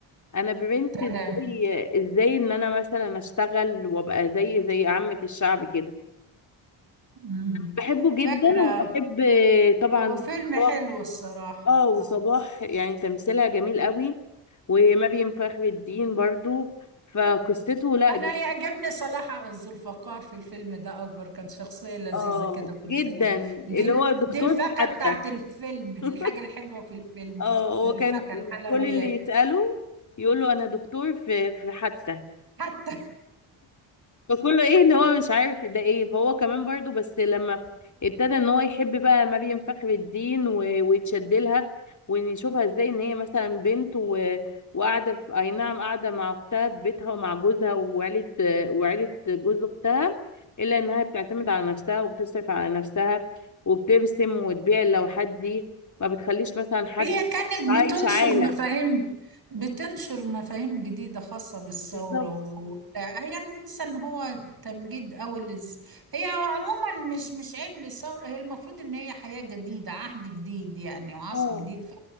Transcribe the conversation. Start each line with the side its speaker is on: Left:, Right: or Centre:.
Left: انا برنس
Right: تمام
Left: ازاي ازاي ان انا مثلا اشتغل وابقى زي زي عامة الشعب كده
Right: أمم.
Left: بحبه جدا
Right: فاكرة
Left: وبحب طبعا
Right: هو فيلم
Left: صباح
Right: حلو الصراحة
Left: اه وصباح
Right: آه
Left: يعني تمثيلها جميل قوي ومريم فخر الدين برضو فقصته لا
Right: انا
Left: جم-
Right: يعجبني صلاح الذوالفقار في الفيلم ده اكبر كان شخصية لذيذة
Left: اه
Right: كده في
Left: جدا
Right: الفيلم دي
Left: اللي
Right: ال-
Left: هو دكتور
Right: دي الفاكهة
Left: في حتى
Right: بتاعت الفيلم الحاجة
Left: <laughs>
Right: الحلوة في الفيلم
Left: اه
Right: الفاكهة
Left: هو كان
Right: الحلويات
Left: كل اللي يسأله يقول له انا دكتور في في حتى
Right: حتى
Left: فكله ايه اللي هو مش عارف ده ايه فهو كمان برضو بس لما ابتدى ان هو يحب بقى مريم فخر الدين و... ويتشد لها ونشوفها ازاي ان هي مثلا بنت و... وقاعده في- اي نعم قاعده مع اختها في بيتها ومع جوزها وعيله وعيله جوز اختها الا انها بتعتمد على نفسها وبتصرف على نفسها وبترسم وتبيع اللوحات دي ما بتخليش مثلا حد
Right: هي كانت
Left: عايش
Right: بتنشر
Left: عالة
Right: مفاهيم بتنشر مفاهيم جديدة خاصة بالثورة
Left: بالظبط
Right: و... هي أنا بحس إن هو تمجيد أوي للز... هي عموما مش مش عيب للثورة هي المفروض إن هي حياة جديدة عهد جديد يعني وعصر
Left: اه
Right: جديد ف...